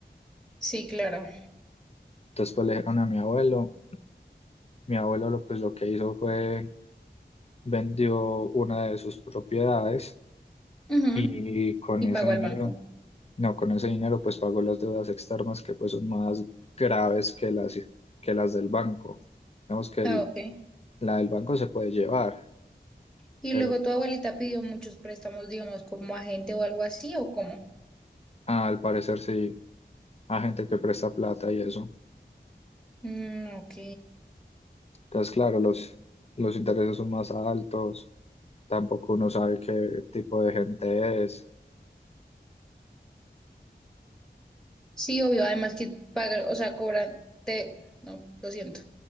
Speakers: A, in the centre; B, on the left.
A: Sí, claro.
B: Entonces pues le dijeron a mi abuelo, mi abuelo lo, pues lo que hizo fue vendió una de sus propiedades
A: Ujú,
B: y con
A: Y
B: ese
A: pagó
B: dinero,
A: al banco.
B: no, con ese dinero pues pagó las deudas externas que pues son más graves que las, que las del banco. Digamos que el-
A: Ah, ok.
B: la del banco se puede llevar,
A: Y
B: pero
A: luego tu abuelita pidió muchos préstamos, digamos, como agente o algo así, ¿o cómo?
B: al parecer sí, a gente que presta plata y eso.
A: Mm, ok.
B: Entonces, claro, los, los intereses son más altos, tampoco uno sabe qué tipo de gente es.
A: Sí, obvio, además que pagar, o sea, cobran, te, no, lo siento.